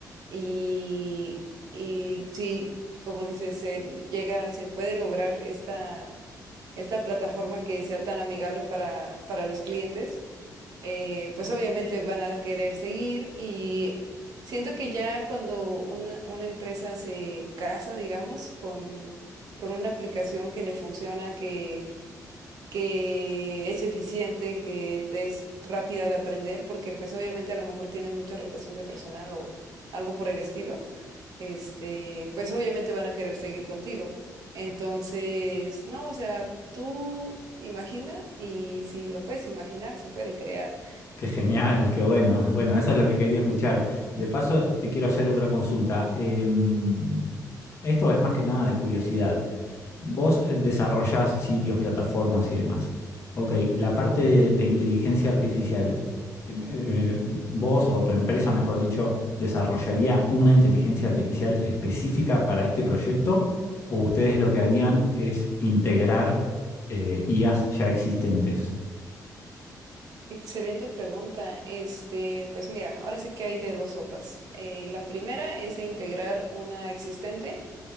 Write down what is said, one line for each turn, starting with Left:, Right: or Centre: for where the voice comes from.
Right: y, y sí como dices, se llega, se puede lograr esta esta plataforma que sea tan amigable para, para los clientes, eh, pues obviamente van a querer seguir y siento que ya cuando una, una empresa se casa, digamos, con, con una aplicación que le funciona, que, que es eficiente, que te es rápida de aprender, porque pues obviamente a lo mejor tienen mucha rotación de personal o algo por el estilo este, pues obviamente van a querer seguir contigo. Entonces, no, o sea, tú imagina y si lo puedes imaginar, se puede crear.
Left: Qué genial, qué bueno. Bueno, eso es lo que quería escuchar. De paso, te quiero hacer otra consulta. Em, esto es más que nada de curiosidad. Vos eh, desarrollás sitios, plataformas y demás. Ok, la parte de, de inteligencia artificial, em, eh, eh, vos o tu empresa, mejor dicho, ¿desarrollaría una inteligencia artificial específica para este proyecto? ¿O ustedes lo que harían es integrar eh, IAs ya existentes?
Right: Excelente pregunta. Este, pues mira, ahora sí que hay de dos sopas. Eh, la primera es integrar una existente